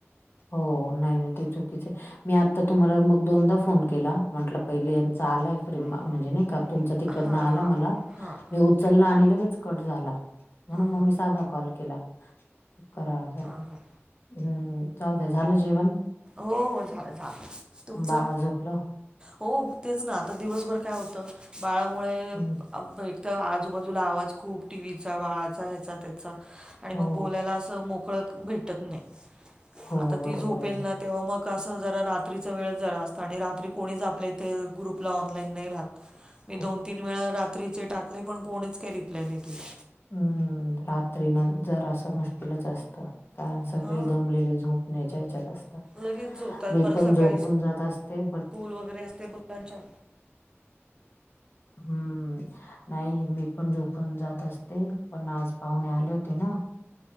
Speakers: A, on the left; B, on the right.
A: हो नाही नाही ते चुकीच आहे मी आता तुम्हाला मग दोनदा फोन केला म्हंटलं पहिले यांचा आलाय फ्री म्हणजे
B: तरी मी
A: नाही का तुमच तिकडनं
B: तुमचा हां
A: आला
B: हां
A: मला
B: तिकडनं आला मला. हां हां
A: मी उचलला आणि लगेच कट झाला म्हणून मग
B: हां
A: मी साधा कॉल केला. कराव
B: ह
A: हम्म जाऊदे. झालं जेवण?
B: हो हो झालं झालं तुमचं
A: बाळ झोपलं?
B: हो तेच ना आता दिवसभर काय होतं बाळामुळे
A: हं.
B: अ ब एक तर आजूबाजूला आवाज खूप टी व्ही चा बाळाचा हेचा तेचा आणि
A: हो,
B: मग बोलायला असं मोकळंक भेटत नाही.
A: हो
B: आता ती
A: बरोबर
B: झोपेल
A: आहे.
B: ना तेव्हा मग कसं जरा रात्रीच वेळ जरा असतं आणि रात्री कोणीच आपल्या इथे ग्रुपला ऑनलाईन नाही राहत.
A: <inaudible>
B: मी दोन तीन वेळा रात्रीचे टाकले पण कोणीच काही रिप्लाय नाही दिला.
A: हम्म रात्री न जर असं मुश्किलच असतं. कारण सगळे
B: हा
A: दमलेले झोपने ह्याच्यात असतात.
B: लगेच झोपतात
A: मी
B: परत
A: पण
B: सकाळी
A: झोपून जात असते, ब
B: स्कूल वगैर असते पण त्यांच्या
A: हम्म. नाही, मी पण झोपून जात असते, पण आज पाहुणे आले होते ना.